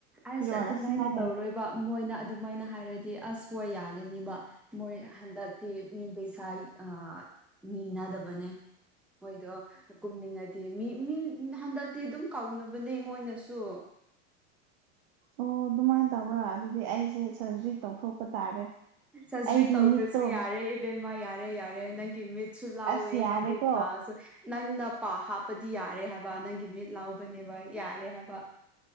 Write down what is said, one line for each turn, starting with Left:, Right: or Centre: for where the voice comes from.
Right: ꯐꯤꯔꯣꯜ
Centre: ꯑꯁ ꯑꯗꯨꯃꯥꯏꯅ
Right: ꯑꯁꯨꯃꯥꯏꯅ
Centre: ꯇꯧꯔꯣꯏꯕ ꯃꯣꯏꯅ ꯑꯗꯨꯃꯥꯏꯅ ꯍꯥꯏꯔꯗꯤ ꯑꯁ ꯍꯣꯏ ꯌꯥꯒꯅꯤꯕ ꯃꯣꯏ ꯍꯟꯗꯛꯇꯤ ꯃꯤ ꯄꯩꯁꯥꯔꯤ ꯑꯥ ꯅꯤꯅꯗꯕꯅꯦ ꯃꯣꯏꯗꯣ ꯀꯨꯝꯅꯤꯡꯉꯗꯤ ꯃꯤ ꯃꯤ ꯍꯟꯗꯛꯇꯤ ꯑꯗꯨꯝ ꯀꯥꯎꯅꯕꯅꯦ ꯃꯣꯏꯅꯁꯨ
Right: ꯑꯣ ꯑꯗꯨꯃꯥꯏꯅ ꯇꯧꯕ꯭ꯔꯥ ꯑꯗꯨꯗꯤ ꯑꯩꯁꯦ ꯁꯔꯖ꯭ꯔꯤ ꯇꯧꯊꯣꯛꯄ ꯇꯥꯔꯦ
Centre: ꯁꯔꯖ꯭ꯔꯤ
Right: ꯑꯩꯗꯤ
Centre: ꯇꯧꯗ꯭ꯔꯁꯨ
Right: ꯃꯤꯠꯇꯣ
Centre: ꯌꯥꯔꯦ ꯏꯕꯦꯝꯃ ꯌꯥꯔꯦ ꯌꯥꯔꯦ ꯅꯪꯒꯤ ꯃꯤꯠ ꯆꯨ ꯂꯥꯎꯋꯦ
Right: ꯑꯁ ꯌꯥꯔꯦꯀꯣ
Centre: ꯅꯪꯒꯤ ꯄꯥꯁꯨ ꯅꯪꯅ ꯄꯥ ꯍꯥꯞꯄꯗꯤ ꯌꯥꯔꯦ ꯍꯥꯏꯕ ꯅꯪꯒꯤ ꯃꯤꯠ ꯂꯥꯎꯕꯅꯦꯕ ꯌꯥꯔꯦ ꯍꯥꯏꯕ